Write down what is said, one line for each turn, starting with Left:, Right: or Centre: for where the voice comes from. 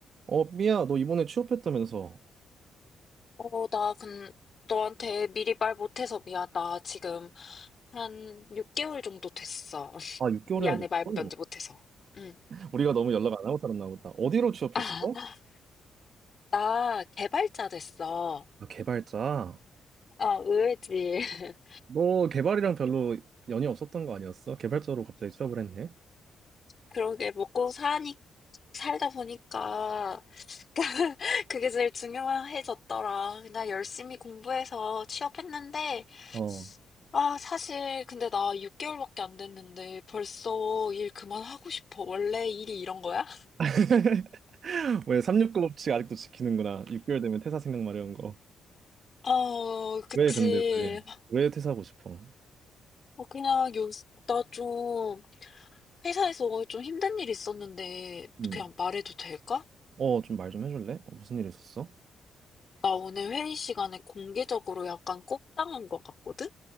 Right: 어, 삐야, 너 이번에 취업했다면서.
Left: 어, 나 근, 너한테 미리 말 못해서 미안. 나 지금 한 6개월 정도 됐어. <laughs>
Right: 아, 6개월이나
Left: 미안해,
Right: 됐어?
Left: 말 먼저 못해서. 응.
Right: 우리가 너무 연락 안 하고 살았나 보다. 어디로 취업했어?
Left: <laughs> 아, 나 개발자 됐어.
Right: 아, 개발자.
Left: 아, 의외지. <laughs>
Right: 너 개발이랑 별로 연이 없었던 거 아니었어? 개발자로 갑자기 취업을 했네?
Left: 그러게, 먹고 사니, 살다 보니까, <laughs> 그게 제일 중요해졌더라. 나 열심히 공부해서 취업했는데,
Right: 어.
Left: 아, 사실, 근데 나 6개월밖에 안 됐는데, 벌써 일 그만하고 싶어. 원래 일이 이런 거야?
Right: <laughs> 왜 369 법칙 아직도 지키는구나. 6개월 되면 퇴사 생각 마려운 거.
Left: 어, 그치.
Right: 왜 근데 왜? 왜 퇴사하고 싶어?
Left: 어, 그냥 요, 나 좀, 회사에서 좀 힘든 일이 있었는데,
Right: 음.
Left: 그냥 말해도 될까?
Right: 어, 좀 말 좀 해줄래? 어, 무슨 일 있었어?
Left: 나 오늘 회의 시간에 공개적으로 약간 꼽당한 것 같거든?